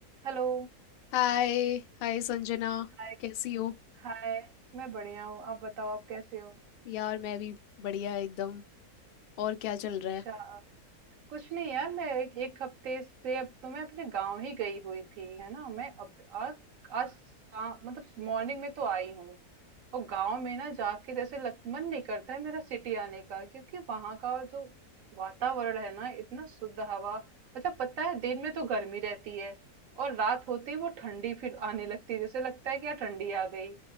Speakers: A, on the right; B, on the left.
A: Hello
B: हाय hi Sanjana
A: Hi
B: कैसी हो
A: hi मैं बढ़िया हूँ आप बताओ आप कैसे हो
B: यार मैं भी बढ़िया एकदम और क्या चल रहा
A: अच्छा
B: है
A: कुछ नहीं यार मैं एक, एक हफ्ते से अब तो मैं अपने गांव ही गई हुई थी है ना मैं अब आ, आज शाम- मतलब मॉर्निंग में तो आई हूँ और गांव में ना जाके जैसे लग, मन नहीं करता है मेरा सिटी आने का क्योंकि वहां का जो वातावरण है ना इतना शुद्ध हवा अच्छा पता है दिन में तो गर्मी रहती है और रात होती है वो ठंडी फिर आने लगती है जैसे लगता है कि यार ठंडी आ गई